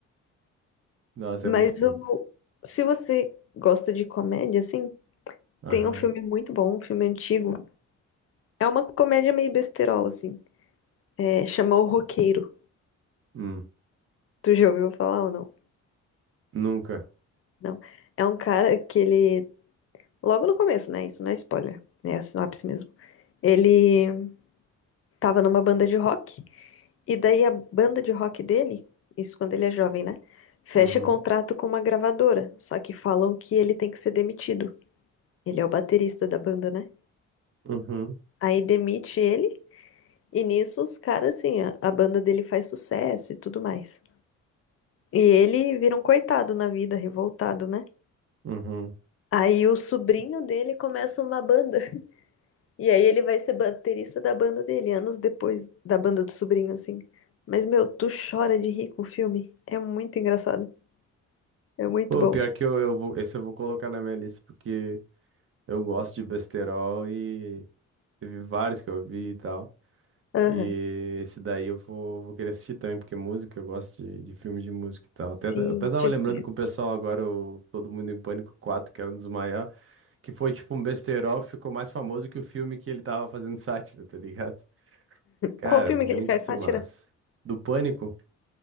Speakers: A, on the right; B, on the left.
A: Nossa,
B: Mas
A: é muito filme.
B: o... se você gosta de comédia, assim,
A: Aham.
B: tem um filme muito bom, um filme antigo. É uma comédia meio besterol, assim. É, chama O Roqueiro.
A: Hum.
B: Tu já ouviu falar ou não?
A: Nunca.
B: Não. É um cara que ele. Logo no começo, né? Isso não é spoiler. né? É a sinopse mesmo. Ele tava numa banda de rock. E daí a banda de rock dele, isso quando ele é jovem, né? Fecha
A: Uhum.
B: contrato com uma gravadora, só que falam que ele tem que ser demitido. Ele é o baterista da banda, né?
A: Uhum.
B: Aí demite ele, e nisso os caras, assim, a, a banda dele faz sucesso e tudo mais. E ele vira um coitado na vida, revoltado, né?
A: Uhum.
B: Aí o sobrinho dele começa uma banda. E aí ele vai ser baterista da banda dele, anos depois da banda do sobrinho, assim. Mas, meu, tu chora de rir com o filme. É muito engraçado. É muito
A: Pô,
B: bom.
A: pior que eu, eu vou. Esse eu vou colocar na minha lista porque eu gosto de besterol e teve vários que eu vi e tal.
B: Aham.
A: E esse daí eu vou, vou querer assistir também, porque música, eu gosto de, de filme de música e tal. Até,
B: Sim,
A: eu até tava
B: tipo,
A: lembrando com o pessoal agora, o Todo Mundo em Pânico quatro que era um dos maiores, que foi tipo um besterol que ficou mais famoso que o filme que ele tava fazendo <laughs> sátira, tá ligado? Cara,
B: qual filme
A: muito
B: que ele faz sátira?
A: massa. Do Pânico?